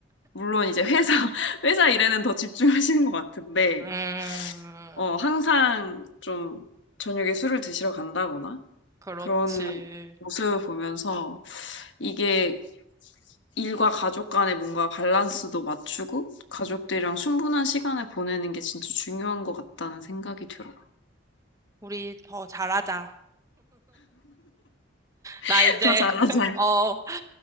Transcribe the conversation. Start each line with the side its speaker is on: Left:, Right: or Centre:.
Left: 물론 이제 회사, <laughs> 회사 일에는 더 집중하시는 것 같은데,
Right: 음,
Left: 어, 항상 좀 저녁에 술을 드시러 간다거나
Right: 그렇지.
Left: 그런 모습을 보면서 이게 일과 가족 간의 뭔가 밸런스도 맞추고 가족들이랑 충분한 시간을 보내는 게 진짜 중요한 것 같다는 생각이 들어.
Right: 우리 더 잘하자. 나
Left: <laughs>
Right: 이제,
Left: 더 잘하자.
Right: <laughs> 어,